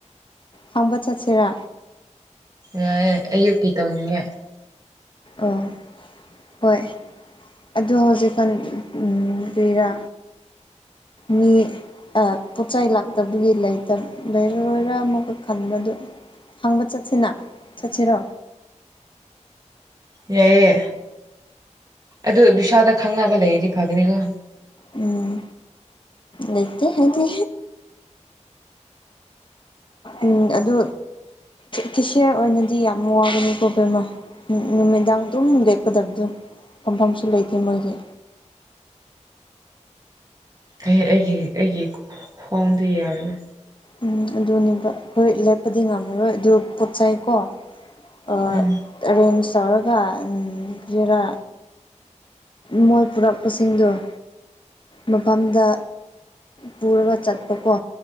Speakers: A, on the left (about 40°); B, on the right (about 30°).
A: ꯍꯪꯕ ꯆꯠꯁꯤꯔꯥ
B: ꯌꯥꯏꯑꯦ ꯑꯌꯨꯛꯀꯤ ꯇꯧꯅꯤꯡꯉꯦ
A: ꯑꯣ ꯍꯣꯏ ꯑꯗꯨ ꯍꯧꯖꯤꯛꯀꯥꯟ ꯀꯔꯤꯔꯥ ꯃꯤ ꯑ ꯄꯣꯠꯆꯩ ꯂꯥꯛꯇꯕꯒꯤ ꯂꯩꯇ ꯂꯩꯔꯔꯣꯏꯔꯥ ꯑꯃꯨꯛꯀ ꯈꯟꯕꯗꯨ ꯍꯪꯕ ꯆꯠꯁꯤꯅ ꯆꯠꯁꯤꯔꯣ꯫
B: ꯌꯥꯏꯌ‌ꯦ ꯑꯗꯨ ꯕꯤꯁꯥꯜꯗ ꯈꯪꯅꯕ ꯂꯩꯔꯗꯤ ꯐꯒꯅꯤꯀꯣ꯫
A: ꯎꯝ ꯂꯩꯇ‌ꯦ ꯑꯩꯗꯤ꯫ ꯎꯝ ꯑꯗꯨ ꯀꯦꯁꯤꯌꯥꯔ ꯑꯣꯏꯅꯗꯤ ꯌꯥꯝ ꯋꯥꯒꯅꯤ ꯄ꯭ꯔꯣꯕ꯭ꯂꯦꯝ ꯑꯃ ꯅꯨꯃꯤꯗꯥꯡ ꯑꯗꯨꯝ ꯂꯦꯞꯀꯗꯕꯗꯣ ꯐꯝꯐꯝꯁꯨ ꯂꯩꯇꯦ ꯃꯣꯏꯒꯤ
B: ꯑꯦ ꯑꯩꯒꯤ ꯑꯩꯒꯤ ꯈꯣꯡꯗꯤ ꯌꯥꯔꯣꯏ
A: ꯎꯝ ꯑꯗꯨꯅꯦꯕ ꯈꯣꯏ ꯂꯦꯞꯄꯗꯤ ꯉꯝꯃꯔꯣꯏ ꯑꯗꯨ ꯄꯣꯠꯆꯩꯀꯣ ꯑ
B: ꯎꯝ
A: ꯑꯔꯦꯟꯖ ꯇꯧꯔꯒ ꯀꯔꯤꯔꯥ ꯃꯣꯏ ꯄꯨꯔꯛꯄꯁꯤꯡꯗꯣ ꯃꯄꯥꯝꯗ ꯄꯨꯔꯒ ꯆꯠꯄꯀꯣ